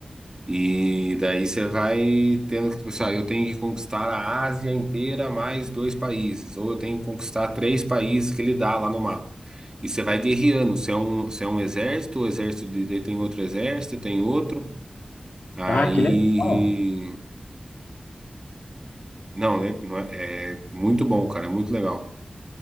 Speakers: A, on the right; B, on the left.
A: E daí você vai tendo que pensar, eu tenho que conquistar a Ásia inteira mais dois países, ou eu tenho que conquistar três países que ele dá lá no mapa. E você vai guerreando, você é um, você é um exército, o exército de, daí tem outro exército, tem outro. Aí.
B: Ah, que legal.
A: Não, né, não é, é muito bom, cara, é muito legal.